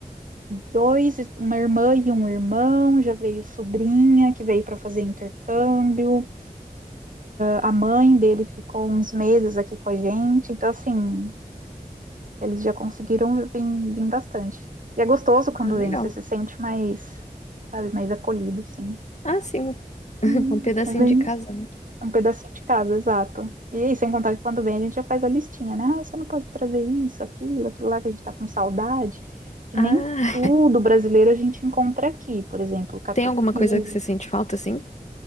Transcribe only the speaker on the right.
dois, uma irmã e um irmão, já veio sobrinha que veio para fazer intercâmbio. A mãe dele ficou uns meses aqui com a gente, então assim, eles já conseguiram vir, vir bastante. E é gostoso quando
vem, você se sente mais, sabe, mais acolhido, assim.
Hum.
É bem,
Um pedacinho de casa, exato. E aí, sem contar que quando vem a gente já faz a listinha, né? Ah, você não pode trazer isso, aquilo, aquilo lá que a gente tá com saudade, que
nem tudo brasileiro a gente encontra aqui. Por exemplo, catupiry.